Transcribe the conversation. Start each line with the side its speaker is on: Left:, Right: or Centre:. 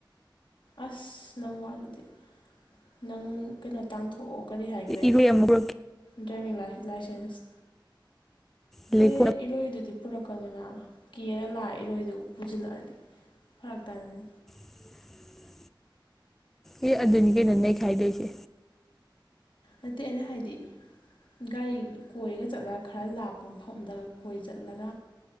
Left: ꯑꯁ ꯅꯪ ꯋꯥ ꯑꯗꯨꯗꯤ ꯅꯪ ꯀꯩꯅꯣ ꯇꯥꯟꯊꯣꯛꯑꯣ ꯀꯔꯤ ꯍꯥꯏꯈ꯭ꯔꯦ
Centre: ꯏꯔꯣꯏ ꯑꯃꯨꯛ ꯄꯨꯔꯛꯀꯦ
Left: ꯗ꯭ꯔꯥꯏꯚꯡ ꯂꯥꯏꯁꯦꯟꯁ
Centre: ꯂꯩꯈꯣꯝ
Left: ꯑꯦ ꯏꯔꯣꯏ ꯑꯗꯨꯗꯤ ꯄꯨꯔꯛꯀꯗꯨꯅ ꯀꯦꯔ ꯂꯥꯛꯑ ꯏꯔꯣꯏꯗꯨ ꯄꯨꯁꯤꯜꯂꯛꯑꯗꯤ ꯐꯔꯛ ꯇꯥꯅꯅꯤ
Centre: <unintelligible> ꯑꯦ ꯑ ꯑꯗꯨꯅꯤꯒꯤ ꯅꯅꯩ ꯈꯥꯏꯗꯦꯁꯤ
Left: ꯅꯠꯇꯦ ꯑꯩꯅ ꯍꯥꯏꯗꯤ ꯒꯥꯔꯤ ꯀꯣꯏꯔꯒ ꯆꯠꯂꯒ ꯈꯔ ꯂꯥꯞꯄ ꯃꯐꯝꯗ ꯀꯣꯏ ꯆꯠꯂꯒ